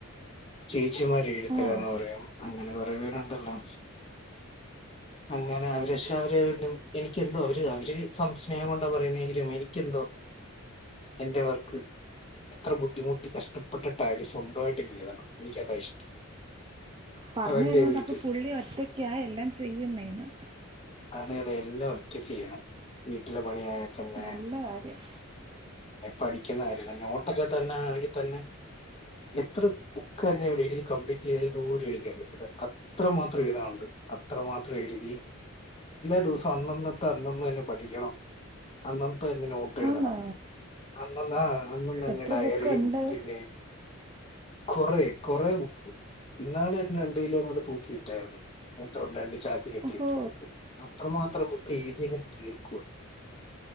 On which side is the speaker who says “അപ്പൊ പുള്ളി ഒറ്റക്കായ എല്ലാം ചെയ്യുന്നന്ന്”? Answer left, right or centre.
Right